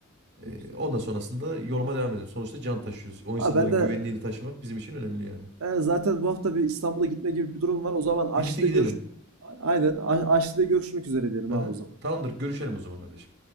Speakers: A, on the right; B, on the right.
A: Ee,
B: Çok güzel.
A: ondan sonrasında yoluma devam ederim. Sonuçta can taşıyoruz. O insanların
B: Abi ben de
A: güvenliğini taşımak bizim için önemli yani.
B: e, zaten bu hafta bir İstanbul'a gitme gibi bir durum var. O zaman Aşli'de
A: Birlikte gidelim.
B: görüş aynen A- Aşli'de görüşmek üzere diyelim
A: Aha.
B: abi o zaman.
A: Tamamdır. Görüşelim o zaman kardeşim.